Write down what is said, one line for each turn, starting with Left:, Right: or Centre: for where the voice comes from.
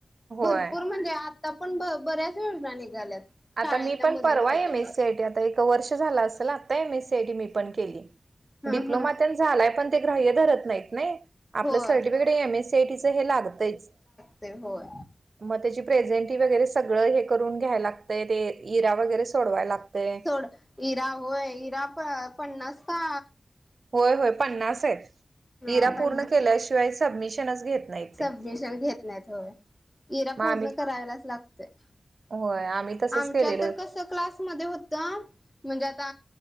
Right: होय
Left: भरपूर म्हणजे आता पण ब बऱ्याच योजना निघाल्यात.
Right: आता
Left: शाळेतल्या
Right: मी पण
Left: मुलींसाठी
Right: परवा एम एस
Left: पण
Right: सीआय टी आता एक वर्ष झालं असेल आता M S C I T मी पण केली.
Left: हा
Right: डिप्लोमा
Left: हा
Right: ततेन झालाय पण ते ग्रह्य धरत नाहीत नाही.
Left: होय.
Right: आपलं सर्टिफिकेट एमएस सी आयटीचं हे लागतंयच.
Left: ते होय.
Right: मग त्याची प्रेझेंटी वगैरे सगळं हे करून घ्यायला लागतंय ते इरा वगैरे सोडवाय लागतय.
Left: सोड इरा होय इरा प पन्नास पा
Right: होय होय पन्नास आहेत
Left: ह
Right: ईरा
Left: पन्नास
Right: पूर्ण केल्याशिवाय सबमिशनच घेत नाहीत
Left: सबमिशन
Right: ते.
Left: घेत नाहीत होय इरा
Right: मग
Left: पूर्ण
Right: आम्ही
Left: करायलाच लागते.
Right: होय आम्ही तसंच
Left: आमच्या
Right: केलेलो
Left: तर कसं क्लास मध्ये होता म्हणजे आता